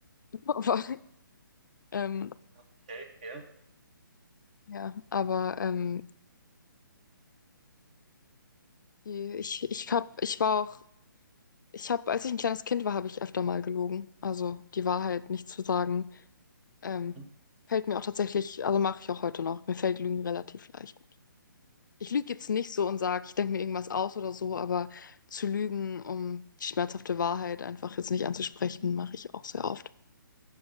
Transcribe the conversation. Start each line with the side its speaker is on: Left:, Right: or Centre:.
Left: <laughs> Aber, ähm,
Right: okay, ja.
Left: ja, aber ähm, die, ich, ich hab, ich war auch, ich habe, als ich ein kleines Kind war, habe ich öfter mal gelogen. Also die Wahrheit nicht zu sagen, ähm,
Right: Mhm.
Left: fällt mir auch tatsächlich, also mache ich auch heute noch. Mir fällt Lügen relativ leicht. Ich lüge jetzt nicht so und sage, ich denke mir irgendwas aus oder so, aber zu lügen, um die schmerzhafte Wahrheit einfach jetzt nicht anzusprechen, mache ich auch sehr oft. Ich